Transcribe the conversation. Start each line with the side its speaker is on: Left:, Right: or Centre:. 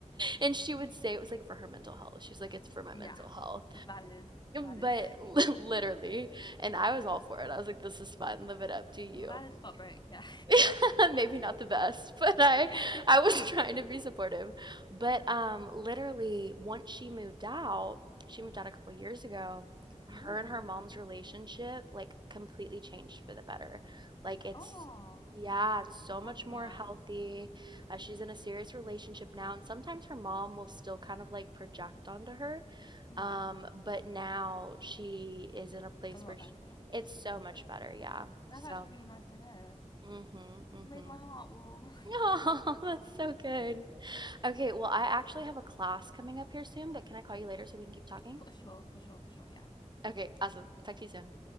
Right: And she would say it was like for her mental health. She's like, it's for my
Left: yeah,
Right: mental health.
Left: valid, valid,
Right: But <laughs> literally,
Left: <laughs>
Right: and I was all for it. I was like, this is fun. Live it up. Do you.
Left: valid but break. Yeah,
Right: <laughs> maybe not the best, <laughs> but I
Left: <laughs> yeah.
Right: I was trying to be supportive. But um literally once she moved out, she moved out a couple years ago,
Left: Ooh,
Right: her and her mom's relationship like completely changed for the better. Like it's
Left: oh,
Right: yeah, it's so much
Left: that's
Right: more
Left: nice.
Right: healthy. Uh, she's in a serious relationship now, and sometimes her mom will still kind of like project onto her.
Left: Yeah,
Right: Um, but now she is in a place
Left: a lot
Right: where sh
Left: better.
Right: it's so much better, yeah.
Left: That's
Right: So,
Left: actually really nice to hear.
Right: mm-hmm, mm-hmm.
Left: Made my heart warm.
Right: Oh, <laughs> that's so good. Okay, well, I actually have a class coming up here soon, but can I call you later so we can keep talking?
Left: <laughs> for sure, for sure, for sure. Yeah.
Right: Okay, awesome. Talk to you soon.